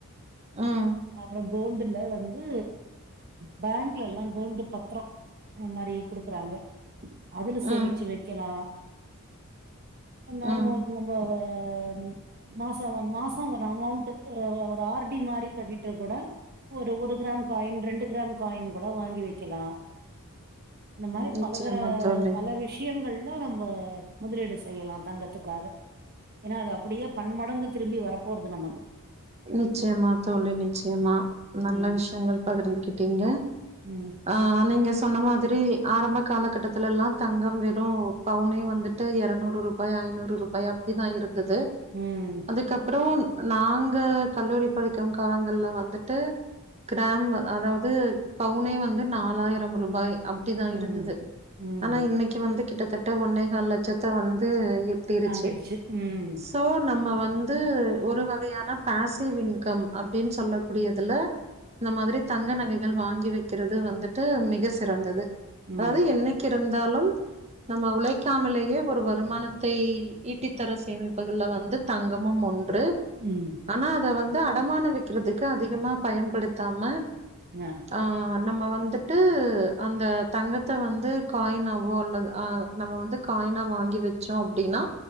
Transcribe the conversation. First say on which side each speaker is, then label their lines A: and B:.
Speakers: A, on the right; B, on the right.
A: ம்
B: அப்றம் கோல்டுல வந்து ஃபேங்க்லெல்லா கோல்டு பத்ரோ அ மாரி குடுக்குறாங்க அதுல சேமிச்சு
A: ம்
B: வைக்கெலா நானு
A: ம்
B: போத் நம்ப <unintelligible> மாசம் மாசம் ஒரு அமவுண்ட்டு ஒரு ஆர் டி மாரி கட்டிட்டு கூட ஒரு ஒரு கிராம் காயின் ரெண்டு கிராம் காயின் கூட வாங்கி வைக்கலா
A: <inaudible>
B: இந்த மாரி
A: நிச்சயமா
B: பலதர
A: தோழி
B: பல விஷ்யங்கள்ல நம் இப்ப முதலீடு செய்யலா தங்கத்துக்காக ஏனா அது அப்புடியே பன்மடங்கு திரும்பி வரப்போறது நமக்கு
A: நிச்சயமா தோழி நிச்சயமா நல்ல
B: ம்
A: விஷயங்கள் பகிர்ந்துகிட்டீங்க
B: ம்
A: ஆ நீங்க சொன்ன மாதிரி ஆரம்ப காலகட்டத்துல எல்லா தங்கம் வெறு பவுனே வந்துட் தில் எரநூறு ரூபாய் ஐநூறு ரூபாய் அப்டிதா இருந்தது
B: ம்
A: அதுக்கப்புறம் நாங் அங்க கல்லூரி படிக்கும் காலங்கள்ல வந்துட்டு கிராம் அதாவது பவுனே வந்து நாலாயிரம் ரூபாய் அப்டிதா
B: ம்
A: இருந்தது
B: ம்
A: ஆனா இன்னைக்கு வந்து கிட்டத்தட்ட ஒன்னேகால் லட்சத்த வந்து இருச்சு
B: தாண்டிடுச்சு ம்
A: சோ நம்ம வந்து ஒரு வகையான பேசிவ் இன்கம் அப்டின்னு சொல்ல கூடியதுல இந்த மாதிரி தங்க நகைகள் வாங்கி வைக்கிறது வந்துட்டு மிக சிறந்தது அதாவது
B: ம்
A: என்னைக் இருந்தாலும் நம்ம உழைக்காமலேயே ஒரு வருமானத்தை ஈட்டித்தர சேமிப்புகள்ல வந்து தங்கமும் ஒன்று
B: ம்
A: ஆ அத வந்து அடமான வைக்கிறதுக்கு அதிகமா பயன்படுத்தாம
B: அ
A: ஆ நம்ம வந்துட்டு அந்த தங்கத்த வந்து காயினாவோ அல்லது அ நம்ம வந்து காயினா வாங்கி வச்சோம் அப்டின்னா